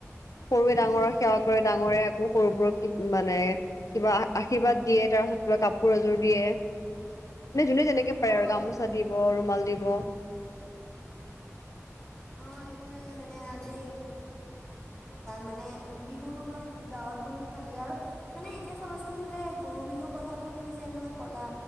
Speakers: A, on the left (about 80°); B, on the left (about 20°).
A: সৰুৱে
B: উম
A: ডাঙৰক
B: তাকে
A: সেৱা কৰে ডাঙৰে আকৌ সৰুবোৰক কি মানে- কিবা আশীৰ্বাদ দিয়ে তাৰপাছত- কিবা কাপোৰ এযোৰ দিয়ে। মানে যোনে তেনেকে পাৰে আৰু
B: অঁ
A: গামোচা দিব ৰুমাল দিব-
B: অ, সেইটোৱে মানে আজি মানে বিহুৰ সময়ত। গাঁৱত বহুত ভাল লাগে আৰু মানে এতিয়া চাবাচোন যে গৰু বিহুৰ কথাাতটো তুমি যে এনেকে ক'লা।